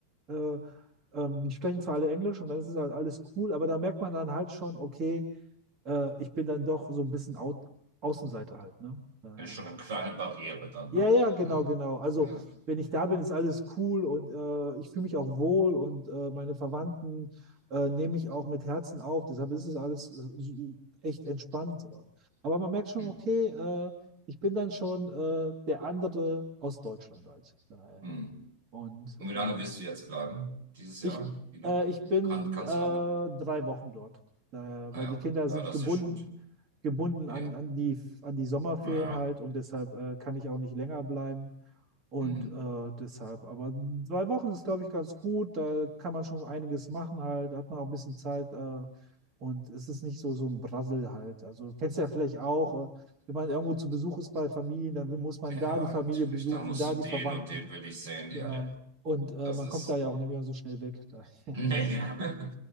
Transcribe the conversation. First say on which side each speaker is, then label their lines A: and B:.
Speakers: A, on the right (about 30°); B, on the right (about 75°).
A: äh, ähm, die sprechen zwar alle Englisch und dann ist es halt alles cool, aber da merkt man dann halt schon, okay, äh, ich bin dann doch so ein bisschen au Außenseiter halt, ne? Naja.
B: Ist schon eine kleine Barriere dann,
A: Ja,
B: ne?
A: ja, genau,
B: Genau.
A: genau. Also,
B: Ja.
A: wenn ich da bin, ist alles cool und äh, ich fühle mich auch wohl und äh, meine Verwandten äh, nehme ich auch mit Herzen auf. Deshalb ist es alles äh, so echt entspannt. so. Aber man merkt schon,
B: Hm,
A: okay, äh, ich bin dann schon äh, der andere aus Deutschland halt. Naja.
B: hm.
A: Und
B: Und wie lange
A: äh,
B: wirst du jetzt bleiben? Dieses Jahr?
A: ich,
B: Wie lange?
A: äh, ich bin
B: Kann, kannst
A: äh, drei
B: du lange?
A: Wochen dort, äh, weil
B: Naja,
A: die Kinder
B: ja,
A: sind
B: Ja, das
A: gebunden,
B: ist ja schon gut.
A: gebunden
B: Ja,
A: an, an die, an die Sommerferien
B: naja,
A: halt und deshalb äh, kann ich auch nicht länger bleiben. Und
B: hm.
A: äh, deshalb, aber zwei Wochen ist, glaube ich, ganz gut. Da kann man schon einiges machen halt, da hat man auch ein bisschen Zeit äh, und es ist nicht so, so ein Brassel halt. Also kennst du ja vielleicht auch, äh, wenn man irgendwo zu Besuch ist bei Familien, dann will- muss man
B: Ja,
A: da die Familie
B: natürlich.
A: besuchen,
B: Da musst
A: da
B: du den
A: die Verwandten.
B: und den will ich sehen. Ja,
A: Genau.
B: ja.
A: Und äh,
B: Das
A: man
B: ist.
A: kommt da ja auch nicht mehr so schnell weg. Da. <laughs>
B: Nee. <laughs>